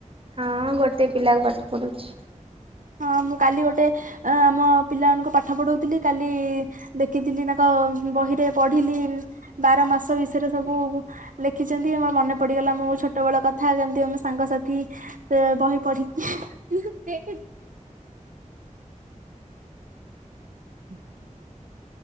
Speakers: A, on the right (about 45°); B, on the right (about 80°).
A: ହଁ ଗୋଟେ ପିଲାକୁ ପାଠ ପଢଉଛି।
B: ହଁ ମୁଁ କାଲି ଗୋଟେ ଆମ ପିଲାମାନଙ୍କୁ ପାଠ ପଢଉଥିଲି କାଲି ଦେଖିଥିଲି ତାଙ୍କ ବହିରେ ପଢିଲି ବାର ମାସ ବିଷୟରେ ସବୁ ଲେଖିଛନ୍ତି ଆମର ମନେ ପଡିଗଲା ମୁଁ ଛୋଟ ବେଳ କଥା କେମିତି ଆମ ସାଙ୍ଗସାଥି ବହି ପଢ଼ି କି ହୁଁ <inaudible>